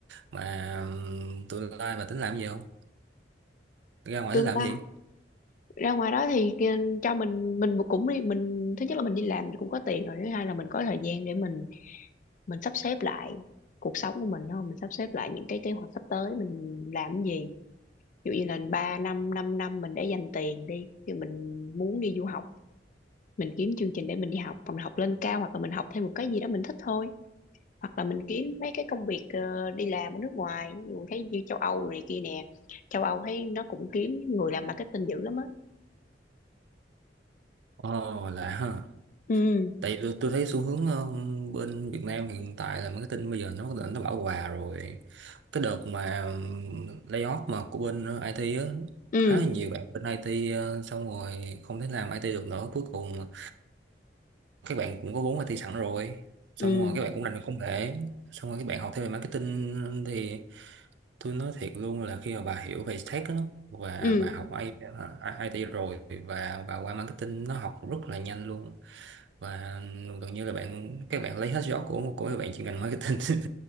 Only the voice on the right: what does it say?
mà ừm, tôi lai mà tính làm gì không ra ngoài
tính làm
gì
Ồ lạ ha
tại vì tôi, tôi thấy xu hướng ừm, bên Việt Nam hiện tại là marketing bây giờ nó bắt đầu nó bão hòa rồi cái đợt mà ừm, layoff mà của bên ờ, IT á
khá là nhiều bạn bên IT ờ, xong rồi không thể làm IT được nữa cuối cùng các bạn cũng có vốn IT sẵn rồi xong
rồi các bạn cũng rành về công nghệ xong rồi các bạn học thêm về marketing thì tôi nói thiệt luôn là khi mà bà hiểu về tech á và
bà học I- IT rồi và bà qua marketing nó học rất là nhanh luôn và gần như là bạn các bạn lấy hết gió của của các bạn chuyên ngành marketing <laughs>